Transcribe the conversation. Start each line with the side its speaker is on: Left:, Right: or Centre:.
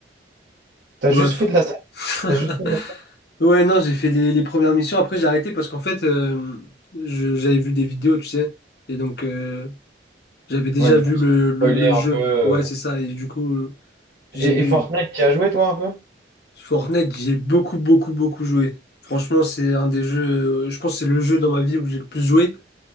Right: T'as
Left: Ouais.
Right: juste
Left: fou.
Right: fait de la... T'as
Left: <laughs>
Right: juste fait de la...
Left: Ouais, non, j'ai fait les, les premières missions. Après, j'ai arrêté parce qu'en fait, euh, je- j'avais vu des vidéos, tu sais. Et donc, euh, j'avais déjà
Right: Ouais, du
Left: vu
Right: coup, spoiler
Left: le, le, le
Right: un
Left: jeu.
Right: peu. euh.
Left: Ouais, c'est ça. Et du coup, euh,
Right: Et,
Left: j'ai vu
Right: et Fortnite, tu as joué toi un peu?
Left: Fortnite, j'ai beaucoup, beaucoup, beaucoup joué. Franchement, c'est un des jeux, euh, je pense que c'est le jeu dans ma vie où j'ai le plus joué.